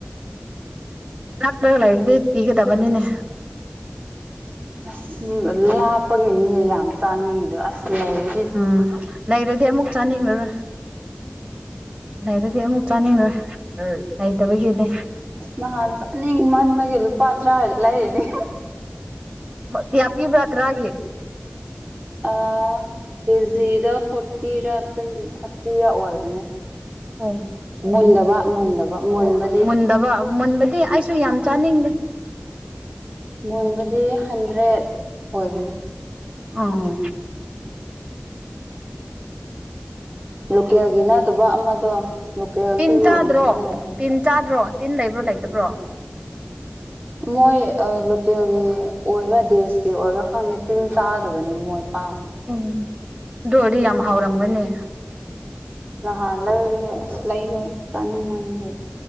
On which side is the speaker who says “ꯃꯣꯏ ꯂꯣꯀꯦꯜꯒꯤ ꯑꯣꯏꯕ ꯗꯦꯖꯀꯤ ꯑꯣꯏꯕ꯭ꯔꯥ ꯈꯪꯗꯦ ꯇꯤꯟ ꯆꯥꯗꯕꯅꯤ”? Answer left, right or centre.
Right